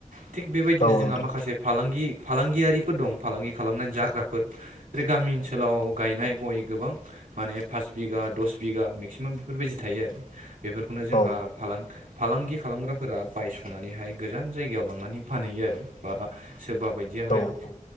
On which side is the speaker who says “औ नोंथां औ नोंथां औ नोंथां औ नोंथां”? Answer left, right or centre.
Left